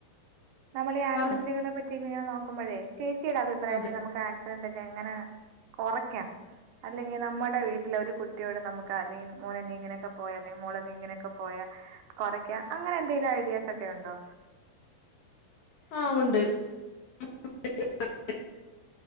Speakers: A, on the right; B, on the left.
A: നമ്മൾ ഈ ആക്സിഡന്റുകളെ
B: പറഞ്ഞു
A: പറ്റി ഇങ്ങെ നോക്കുമ്പോഴേ ചേച്ചിടെ അഭിപ്രായ
B: അതെ
A: നമുക്ക ആക്സിഡന്റ് ക്കെ എങ്ങനെ കൊറക്കാം. അല്ലെങ്കിൽ നമ്മുടെ വീട്ടിലെ ഒരു കുട്ടിയോട് നമുക്ക് അല്ലെങ്കിൽ മോളെ നീ ഇങ്ങനൊക്കെ പോയാൽ അല്ലെങ്കിൽ മോളെ നീ ഇങ്ങനൊക്കെ പോയാൽ കൊറക്ക അങ്ങനെ എന്തെലും ഐഡിയാസൊക്കെയുണ്ടോ
B: ആ ഉണ്ട് <unintelligible>